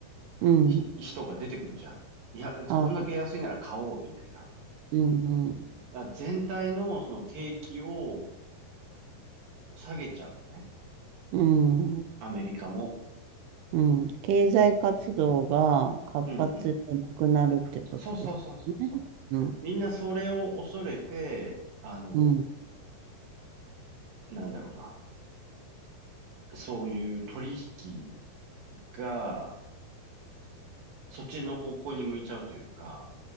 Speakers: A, on the right; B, on the right.
A: うん、
B: ひ人が出てくるじゃん。いや、
A: は
B: こんだけ安いなら買おうみたいな。
A: い。うん、うん、
B: あ全体のその景気を下げちゃうのね。
A: うん。
B: アメリカも。
A: うん経済活動が活発でなくなるってことですね。
B: うんうん。そうそうそうそうそう。
A: うん、
B: みんなそれを恐れて、あの、
A: うん、
B: なんだろうな。そういう取引がそっちの方向に向いちゃうというか、